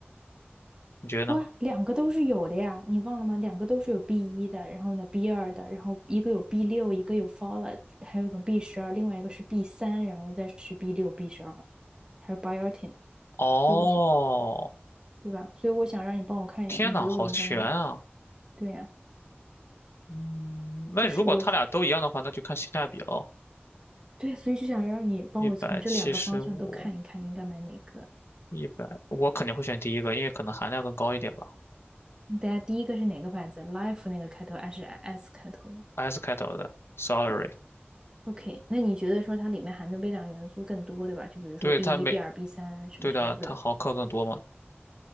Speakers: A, on the left; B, on the right.
A: 你觉得呢？
B: 不啊两个都是有的呀，你忘了吗？两个都是有 B 一的，然后呢 B 二的，然后一个有 B 六，一个有 folate，还有一个 B 十二，另外一个是 B 三，然后再是 B 六、B 十二，还有 biotin。
A: 哦，
B: 所以我想，对吧？所以我想让你帮我看一眼，
A: 天呐，
B: 你觉得我应该买哪个？
A: 好全啊！
B: 对呀，
A: 嗯，那如果它俩都一样的话，
B: 这是我，
A: 那就看性价比喽。
B: 对，所以就想让你帮我从这两个方向都看一看，
A: 一百七十五，
B: 应该买哪个。
A: 一百，我肯定会选第一个，因为可能含量更高一点吧。
B: 大家第一个是哪个牌子？Life 那个开头还是 S 开头的
A: S 开头的 Salary，
B: ？OK，那你觉得说它里面含的微量元素更多，对吧？就比如说
A: 对它每
B: B 一、B 二、B 三什么什么的，
A: 对的，
B: 不知道了。
A: 它毫克更多嘛？